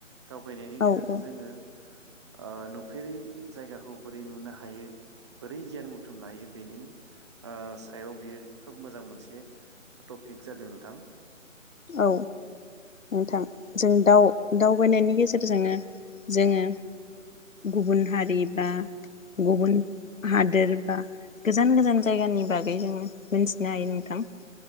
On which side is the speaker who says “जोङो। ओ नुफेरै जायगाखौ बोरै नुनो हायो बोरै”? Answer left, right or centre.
Right